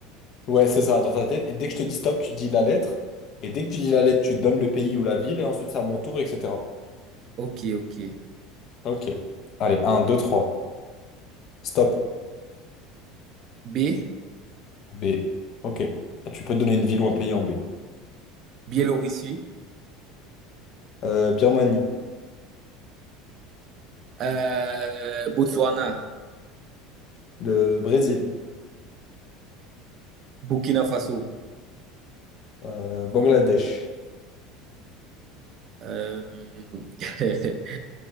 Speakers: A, on the left; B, on the right.
A: Ouais, c'est ça, dans ta tête. Et dès que je te dis stop, tu dis la lettre. Et dès que tu dis la lettre, tu donnes le pays ou la ville, et ensuite c'est à mon tour, etc.
B: Ok, ok.
A: Ok. Allez, un 2 trois Stop.
B: B,
A: B. Ok. Ah, Tu peux donner une ville ou un pays en B.
B: Biélorussie.
A: Euh, Birmanie.
B: Euh, Botswana,
A: Le Brésil.
B: Burkina Faso.
A: Euh, Bangladesh.
B: Euh, <laughs>